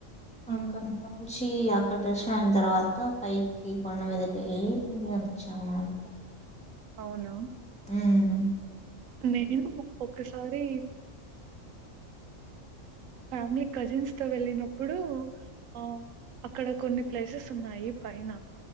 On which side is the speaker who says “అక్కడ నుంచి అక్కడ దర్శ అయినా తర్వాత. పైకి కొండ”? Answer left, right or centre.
Centre